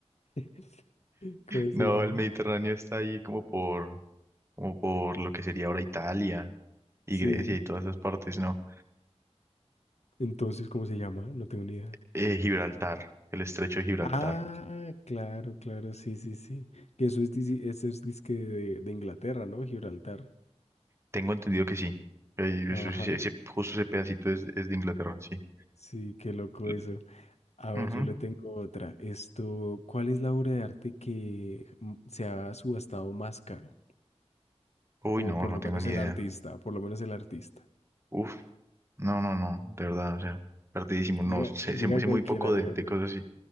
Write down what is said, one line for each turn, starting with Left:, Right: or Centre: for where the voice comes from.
Left: <laughs> ¿Cómo
Right: No,
Left: se llama?
Right: el Mediterráneo está ahí como por, como por lo que sería ahora Italia y
Left: Sí.
Right: Grecia y todas esas partes, ¿no?
Left: Entonces, ¿cómo se llama? No tengo ni idea.
Right: Eh, Gibraltar, el estrecho de Gibraltar.
Left: Ah, claro, claro, sí, sí, sí. Que eso es, dici- eso es disque de, de Inglaterra, ¿no? Gibraltar.
Right: Tengo entendido que sí. Eh,
Left: Ajá.
Right: eso- sí, Ese, ese- justo ese pedacito es, es de Inglaterra, sí.
Left: Sí, qué loco
Right: L-
Left: eso. A ver,
Right: ujú.
Left: yo le tengo otra. Esto, ¿cuál es la obra de arte que mm, se ha subastado más caro?
Right: Uy, no,
Left: O por
Right: no
Left: lo
Right: tengo
Left: menos
Right: ni
Left: el
Right: idea.
Left: artista, por lo menos el artista.
Right: Uf, no, no, no, de verdad, o sea, perdidísimo. No,
Left: Diga,
Right: sé, sé-
Left: diga
Right: sé
Left: cualquiera,
Right: muy poco
Left: diga
Right: de, de
Left: cualquiera.
Right: cosas así.